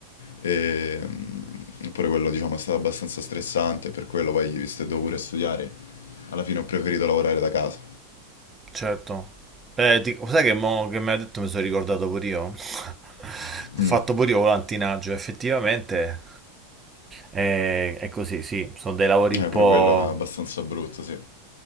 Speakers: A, on the left; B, on the right.
A: E, mm, oppure quello, diciamo, è stato abbastanza stressante, per quello poi, visto che dovevo pure studiare, alla fine ho preferito lavorare da casa.
B: Certo. Eh, ti- sai che, mo che mi ha detto mi sono ricordato pure io? <laughs> Ho
A: Mm.
B: fatto pure io volantinaggio, effettivamente eh, è così, sì, sono dei lavori un
A: Eh,
B: po'...
A: pure quello è abbastanza brutto, sì.